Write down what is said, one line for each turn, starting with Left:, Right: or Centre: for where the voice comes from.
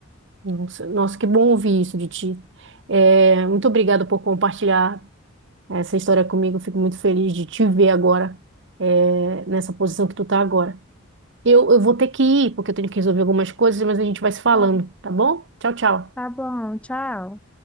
Right: Nossa, nossa, que bom ouvir isso de ti. É, muito obrigada por compartilhar essa história comigo. Eu Fico muito feliz de te ver agora, é, nessa posição que tu tá agora. Eu, eu vou ter que ir, porque eu tenho que resolver algumas coisas, mas a gente vai se falando,
Centre: Tá,
Right: tá bom? Tchau, tchau.
Centre: tá bom, tchau.